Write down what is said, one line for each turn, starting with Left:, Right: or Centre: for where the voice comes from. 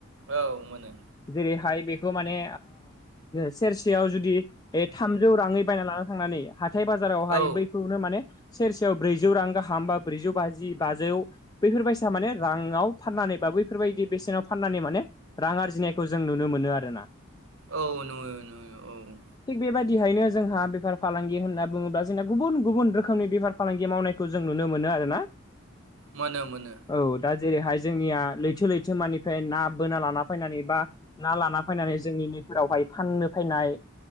Right: औ मोनो
Left: जेरैहाय बेखौ माने सेरसेयाव जुदि बे थामजौ राङै बायना लाना थांनानै हाथाय बाजारावहाय
Right: औ
Left: बै खौनो माने सेरसेयाव ब्रैजौ रां गाहाम बा ब्रैजौ बाजि बाजौ बैफोरबायसा माने राङाव फाननानै बा बैफोरबायदि बेसेनाव फाननानै माने रां आरजिनायखौ जों नुनो मोनो आरोना
Right: औ नुयो नुयो औ
Left: थिग बेबायदिहायनो जोंहा बेफार फालांगि होनना बुङोब्ला जोंना गुबुन गुबुन रोखोमनि बेफार फालांगि मावनायखौ जों नुनो मोनो आरोना
Right: मोनो मोनो
Left: औ दा जेरैहाय जोंनिया लैथो लैथो मानि फ्राय ना बोना लाना फैनानै बा ना लाना फैनानै जोंनि नैफोरावहाय फाननो फैनाय